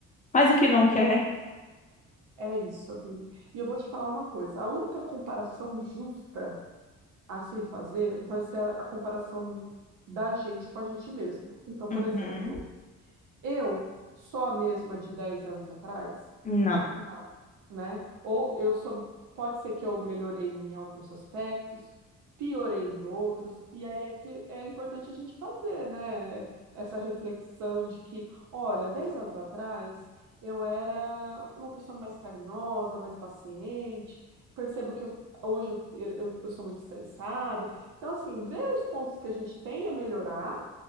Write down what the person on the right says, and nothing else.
é isso, amigo. E eu vou te falar uma coisa: a única comparação justa a se fazer vai ser a a comparação da gente com a gente mesmo. Então, por
exemplo. Eu sou a mesma de 10 anos atrás?
Não, né? Ou eu sou, pode ser que eu melhorei em alguns aspectos, piorei em outros, e aí é, pi- é importante a gente fazer, né? Essa reflexão de que, olha, 10 anos atrás eu era uma pessoa mais carinhosa, mais paciente, percebo que eu- hoje eu, eu eu sou muito estressada. Então, assim, ver os pontos que a gente tem a melhorar,